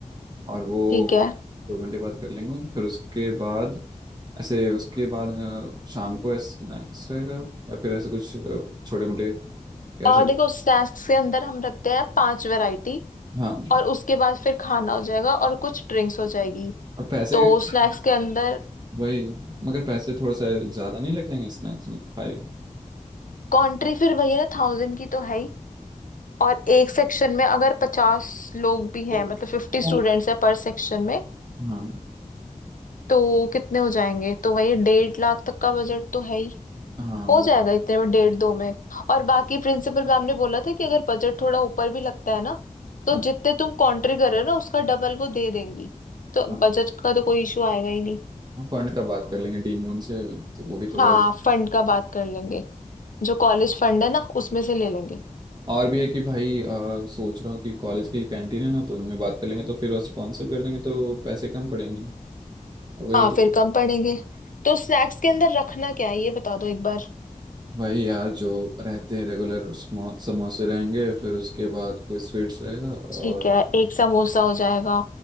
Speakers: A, on the right; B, on the left.
A: और वो
B: ठीक है
A: दो घंटे बाद कर लेंगे फिर उसके बाद ऐसे उसके बाद अ, शाम को स्नैक्स रहेगा या फिर ऐसे कुछ छोटे मोटे
B: और
A: ऐसे
B: देखो स्नैक्स के अंदर हम रखते हैं पांच वैरायटी
A: हाँ
B: और उसके बाद फिर खाना हो जाएगा और कुछ ड्रिंक्स हो जाएगी
A: और पैसे
B: तो
A: का-
B: स्नैक्स के
A: <laughs>
B: अंदर
A: वही मगर पैसे थोड़ा सा ज़्यादा नहीं लग जाएंगे स्नैक्स में फाइव
B: कंट्री फिर वही है ना थाउजेंड की तो है ही और एक सेक्शन में अगर पचास लोग भी हैं
A: तो
B: मतलब फिफ्टी स्टूडेंट्स
A: हाँ
B: है पर सेक्शन में
A: हाँ
B: तो कितने हो जाएंगे तो वही डेढ़ लाख तक का बजट तो है ही
A: वो
B: हो जाएगा इतने में डेढ़ दो में और बाकी प्रिंसिपल मैम ने बोला था कि अगर बजट थोड़ा ऊपर भी लगता है ना तो
A: हाँ,
B: जितने तुम कंट्री कर रहे हो ना उसका डबल वो दे देंगी तो
A: हाँ,
B: बजट का तो कोई इशू आएगा ही नहीं
A: फंड का बात कर लेंगे डीन से तो वो भी थोड़ा
B: हाँ फंड का बात कर लेंगे जो कॉलेज फंड है ना उसमें से ले लेंगे
A: और भी है कि भाई अ, सोच रहा हूँ कि कॉलेज की कैंटीन है ना तो उनमें बात कर लेंगे तो फिर वो स्पॉन्सर कर लेंगे तो पैसे कम पड़ेंगे और वही
B: हाँ फिर कम पड़ेंगे तो स्नैक्स के अंदर रखना क्या है ये बता दो एक बार
A: भाई यार जो रहते हैं रेगुलर समोसे रहेंगे फिर उसके बाद कोई स्वीट्स रहेगा और
B: ठीक है एक समोसा हो जाएगा